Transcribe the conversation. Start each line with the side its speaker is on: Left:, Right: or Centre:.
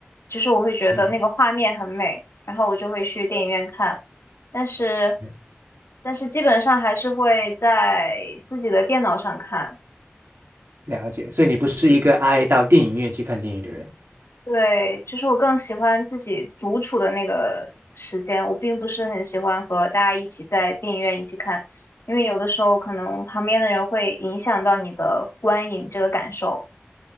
Left: 就是我会觉得那个画面很美，
Right: 你
Left: 然后我就会去电影院看。但是，
Right: 嗯
Left: 但是基本上还是会在自己的电脑上看。
Right: 了解，所以你不是一个爱到电影院去看电影的人。
Left: 对，就是我更喜欢自己独处的那个时间，我并不是很喜欢和大家一起在电影院一起看，因为有的时候可能旁边的人会影响到你的观影这个感受。